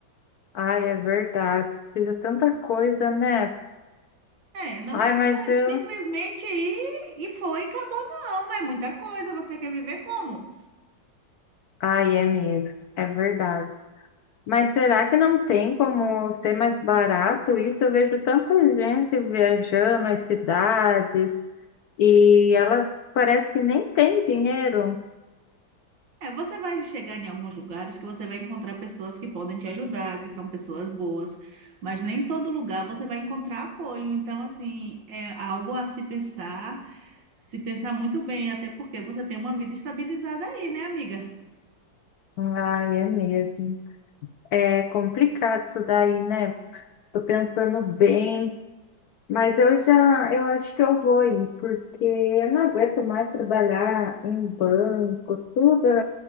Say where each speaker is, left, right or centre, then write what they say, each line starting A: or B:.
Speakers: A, on the left; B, on the right.
A: Ai, é verdade. Precisa tanta coisa, né?
B: É, não
A: Ai,
B: é
A: mas
B: só
A: eu.
B: é simplesmente ir e foi, acabou, não. É muita coisa. Você quer viver como?
A: Ai, é mesmo. É verdade. Mas será que não tem como ser mais barato isso? Eu vejo tanta gente viajando as cidades e elas parece que nem têm dinheiro.
B: É, você vai chegar em alguns lugares que você vai encontrar pessoas que podem te ajudar, que são pessoas boas, mas nem todo lugar você vai encontrar apoio. Então, assim, é algo a se pensar, se pensar muito bem, até porque você tem uma vida estabilizada aí, né, amiga?
A: Ai, é mesmo. É complicado isso daí, né? Tô pensando bem, mas eu já, eu acho que eu vou ir, porque eu não aguento mais trabalhar em banco, tudo,